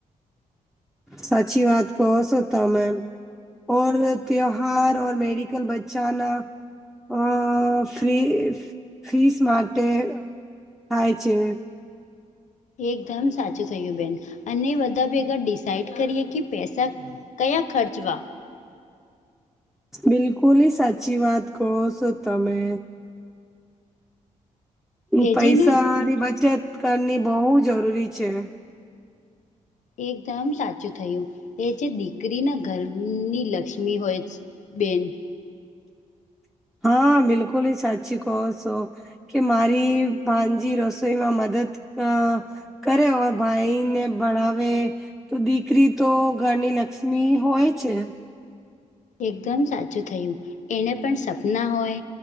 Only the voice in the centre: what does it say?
સાચી વાત કહો સો તમે. ઔર તિયોહાર મેડિકલ બચ્ચા ના અહ ફ્રી ફીસ માટે થાય છે.
બિલકુલી સાચી વાત કહો છો તમે.
પૈસાની
બચત કરની બોવ જરૂરી છે.
હા બિલકુલ હી સાચી કહો છો કે મારી ભાજી રસોઈમાં મદદ અ કરે ઓર ભાઈને ભણાવે તો દીકરી તો ઘરની લક્ષ્મી હોય છે